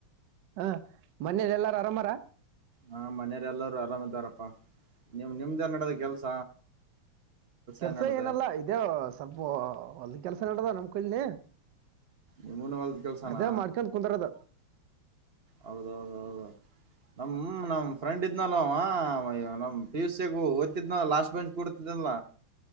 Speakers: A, on the right (about 60°); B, on the right (about 40°).
A: ಹಾ ಮನೆಲೆಲ್ಲರ ಆರಾಮಾರ
B: ಹಾ ಮನೆಯರೆಲ್ಲರೂ ಆರಾಮ್ ಅದರಪ್ಪಾ ನಿಮ್ ನಿಮ್ದ್ ಏನ ನಡದದ ಕೆಲ್ಸ
A: ಕೆಲ್ಸ
B: ಏನ್ ನಡದೆ
A: ಏನಲ್ಲ ಇದೆ ಸ್ವಲ್ಪ ಹೊಲದಕೆಲ್ಸ ನಡದ ನಮ್ ಕಡ್ ಲೇ
B: ನಿಮ್ಮೂನು ಹೊಲ್ದ ಕೆಲ್ಸನಾ
A: ಅದೇ ಮಾಡ್ಕನ್ ಕುಂದರದ <inaudible>
B: ಹೌದೌದ್ ಹೌದು ನಮ್ ನಮ್ ಫ್ರೆಂಡ್ ಇದ್ನಲ್ಲ ಅವ ಅವ ಯಾ ನಮ್ ಪಿ ಯು ಸಿಯಾಗು ಓದ್ತಿದ್ನಲ್ಲ ಲಾಸ್ಟ್ <unintelligible> ಕೊಡ್ತದಲ್ಲ